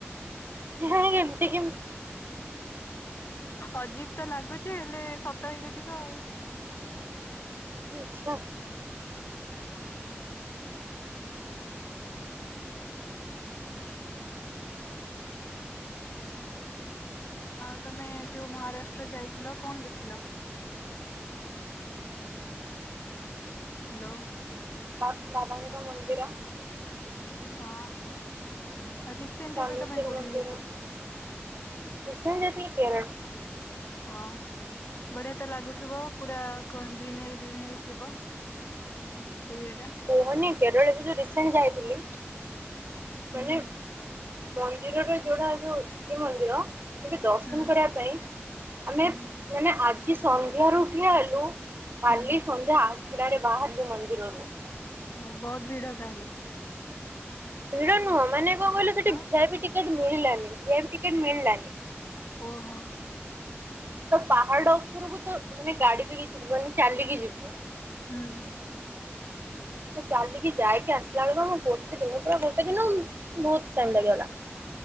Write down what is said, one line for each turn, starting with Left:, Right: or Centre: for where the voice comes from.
Right: ହା ଏମିତି କେମିତି।
Left: ଅଜୀବ ତ ଲାଗୁଛି ହେଲେ, ସତ ଏହି ଗୋଟିକ ଆଉ।
Right: ଆଚ୍ଛା।
Left: ଆଉ ତମେ ଯୋଉ ମହାରାଷ୍ଟ୍ର ଯାଇଥିଲ କଣ ଦେଖିଲ? ହ୍ୟାଲୋ
Right: ବା ବାବାଙ୍କ ମନ୍ଦିର।
Left: ହଁ ରିସେଣ୍ଟ
Right: ଧନେଶ୍ୱର
Left: ଏବେ ତମେ କଉଠିିକି
Right: ମନ୍ଦିର
Left: ଯାଇଛ?
Right: ରିସେଣ୍ଟ ଯାଇଥିଲି କେରଳ।
Left: ହଁ ବଢିଆ ତ ଲାଗୁଥିବ, ପୁରା କଣ ଗ୍ରୀିନେରୀ ଗ୍ରିନେରୀ ଥିବ। ଏରିଆଟା।
Right: କୁହନି କେରଳ ବି ଯୋଉ ରିସେଣ୍ଟ ଯାଇଥିଲି
Left: ହୁଁ
Right: ମାନେ ମନ୍ଦିରର ଯୋଉଟା ଯୋଉ ଏଇ ମନ୍ଦିର ଟିକେ ଦର୍ଶନ
Left: ହୁଁ
Right: କରିବା ପାଇଁ ଆମେ
Left: ହୁଁ
Right: ମାନେ ଆଜି ସନ୍ଧ୍ୟାରୁ ଠିଆ ହେଲୁ। କଲି
Left: ହୁଁ
Right: ସନ୍ଧ୍ୟା ଆଠଡାରେ ବାହାରିଲୁ ମନ୍ଦିରରୁ।
Left: ହଁ ବହୁତ ଭିଡ ତାହେଲେ।
Right: ଭିଡ ନୁହଁ ମାନେ କଣ କହିଲୁ ସେଠି
Left: ଆଉ
Right: ଭି ଆଇ ପି ଟିକେଟ ମିଳିଲାନି, ଭି ଆଇ ପି ଟିକେଟ ମିଳିଲାନି।
Left: ଓହୋ।
Right: ତ ପାହାଡ ଉପରକୁ ତ ମାନେ ଗାଡି ବି କିଛି ଯିବନି ଚାଲିକି ଯିବୁ।
Left: ହୁଁ।
Right: ଚାଲିକି ଯାଇକି ଆସିଲା ବେଳକୁ ଗୋଟେ ଦିନ ପୁରା ଗୋଟେ ଦିନ ବହୁତ ଟାଇମ ଲାଗିଗଲା।